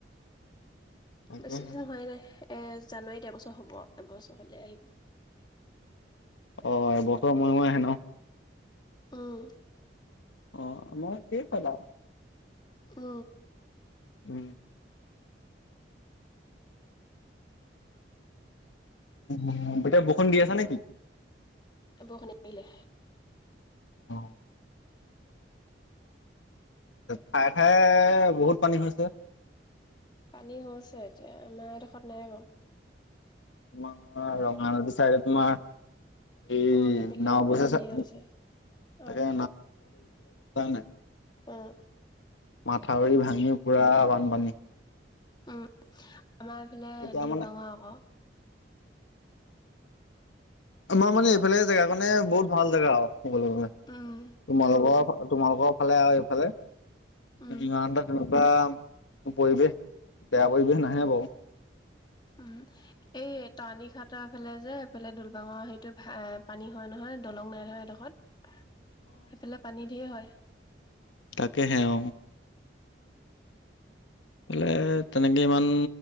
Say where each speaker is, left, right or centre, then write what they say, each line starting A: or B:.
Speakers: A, on the left; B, on the left.
A: তাকেহে
B: বেছিদিন হোৱাই নাই। এ জানুৱাৰীত এবছৰ হ'ব, এবছৰ হলে আহিব।
A: অ এবছৰ মূৱে মুৱে আহে ন?
B: অহ।
A: অ আমাৰ কে ফলা
B: অ।
A: ও। এতিয়া বৰষুণ দি আছে নেকি?
B: বৰষুণ এৰিলে।
A: অ। ঠায়ে ঠায়ে বহুত পানী হৈছে।
B: পানী হৈছে এতিয়া। আমাৰ এডোখৰত নাই বাৰু।
A: তোমাৰ ৰঙানদী ছাগে তোমাৰ <unintelligible>
B: অ সেইফালে পানী ঢেৰ হৈছে
A: অৱস্থাই
B: অ
A: নাই।
B: অ।
A: মাথাউৰি ভাঙি পুৰা বানপানী।
B: উম, আমাৰ এইফালে
A: এতিয়া
B: দলপাঙৰ
A: মানে
B: আকৌ।
A: আমাৰ মানে এইফালে জেগাকণে বহুত ভাল জেগা আও কবলে গলে।
B: উম
A: তোমালোকৰ তোমালোকৰ ফালে আৰু এইফালে <unintelligible>
B: উম
A: বা পৰিৱেশ বেয়া পৰিৱেশ নাহে বাওঁ।
B: উম এই তৰানি খাটৰ ফালে যে এইফালে দুলবাঙৰ হেইটো পানী হয় নহয়। দলং নাই নয় এডোখৰত। সেইফালে পানী ধেই হয়।
A: তাকে হেৱ এফালে তেনেকে ইমান